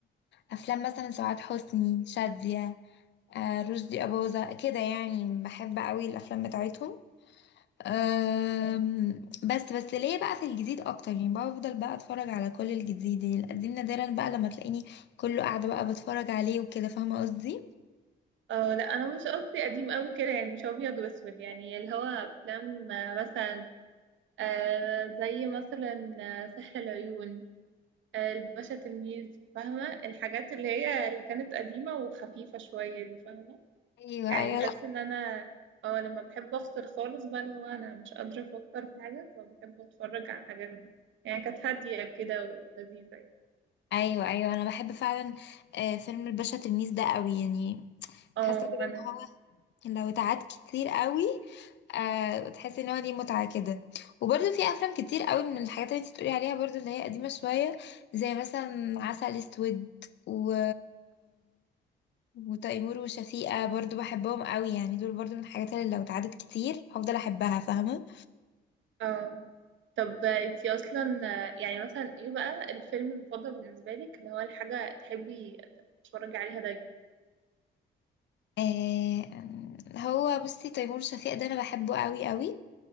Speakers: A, on the left (about 65°); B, on the right (about 75°).
A: افلام مثلا سعاد حسني شاديه آه، رشدي اباظه كده يعني بحب قوي الافلام بتاعتهم أم، بس بس ليه بقى في الجديد اكتر يعني بفضل بقى اتفرج على كل الجديد يعني القديم نادرا بقى لما تلاقيني كله قاعده بقى بتفرج عليه وكده فاهمه قصدي
B: اه لا انا مش قصدي قديم قوي كده يعني مش ابيض واسود يعني اللي هو افلام آه، مثلا آه زي مثلا آه، سحر العيون آه، الباشا تلميذ فاهمة الحاجات اللي هي اللي كانت قديمة وخفيفة شوية دي فاهمة
A: ايوه
B: يعني
A: ايوه
B: بحس
A: لا
B: ان انا اه لما بحب افصل خالص بقى اللي هو انا مش قادرة افكر في حاجة فبحب اتفرج على الحاجات دي يعني كانت هادية كده ولذيذة يعني
A: ايوه ايوه انا بحب فعلا آه، فيلم الباشا تلميذ ده قوي يعني
B: اه
A: بحس كده
B: وانا
A: ان هو لو اتعاد كتير قوي أه تحس ان هو ليه متعه كده وبرده في افلام كتير قوي من الحاجات اللي انت بتقولي عليها برده اللي هي قديمه شويه زي مثلا عسل اسود و وتيمور وشفيقة برضو بحبهم قوي يعني دول برضو من الحاجات اللي لو اتعدت كتير هفضل احبها فاهمة
B: اه طب انتي اصلا آه، يعني مثلا ايه بقى الفيلم المفضل بالنسبة لك اللي هو الحاجة تحبي تتفرجي عليها دايما
A: آه هو بصي تيمور وشفيقة ده انا بحبه قوي قوي